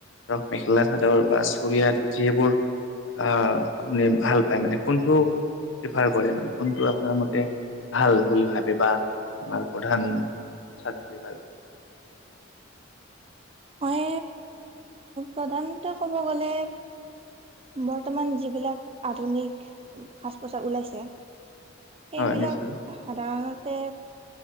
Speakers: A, on the left (about 70°); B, on the right (about 30°).
A: ধৰক মেখেলা-চাদৰ বা চৰিয়া ধুতি সেইবোৰ অহ' আপুনি ভাল পায় মানে, কোনটো প্ৰিফাৰ কৰে মানে কোনটো আপোনাৰ মতে ভাল বুলি ভাবে বা আমাৰ প্ৰধান। প্ৰচাদ বুলি ভাবে।
B: মই প্ৰধানতে ক'ব গ'লে। বৰ্তমান যিবিলাক আধুনিক সাজ-পোছাক ওলাইছে। সেইবিলাক
A: হয় নিশ্চয়
B: সাধাৰণত। তে